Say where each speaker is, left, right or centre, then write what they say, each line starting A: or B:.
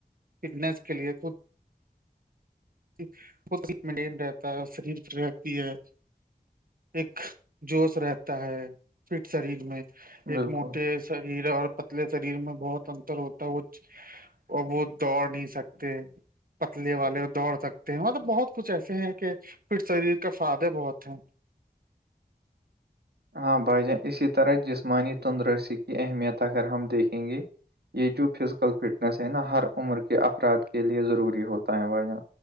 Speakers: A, on the right (about 60°); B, on the right (about 80°).
A: فٹنیس کے لیے تو <unintelligible> ایک جوش رہتا ہے فٹ شریر میں ایک
B: بالکل
A: موٹے شریر اور پتلے شریر میں بہت انتر ہوتا ہے وہ اور وہ دوڑ نہیں سکتے پتلے والے دوڑ سکتے ہیں مطلب بہت کچھ ایسے ہیں کہ فٹ شریر کا فائدے بہت ہیں
B: ہاں بھائی جان اسی طرح جسمانی تندرسی کی اہمیت اگر ہم دیکھیں گے یہ جو فزیکل فٹنس ہے نا ہر عمر کے افراد کے لیے ضروری ہوتا ہے بھائی جان